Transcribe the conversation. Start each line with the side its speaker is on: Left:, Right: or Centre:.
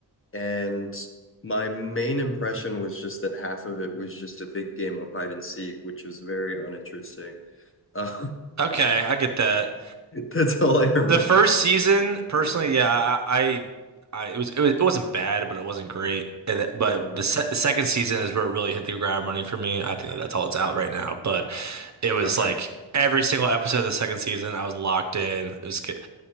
Left: and my main impression was just that half of it was just a big game of hide and seek, which was very uninteresting. Uh,
Right: Okay, I get that.
Left: <laughs> that's all I remember.
Right: The first season, personally, yeah, I, I, I it was, it was, it wasn't bad, but it wasn't great. And it- but
Left: Uh-huh.
Right: the, se the second season is where it really hit the ground running for me. I think that's all it's out right now. But it was
Left: Okay.
Right: like every single episode of the second season, I was locked in. It was good.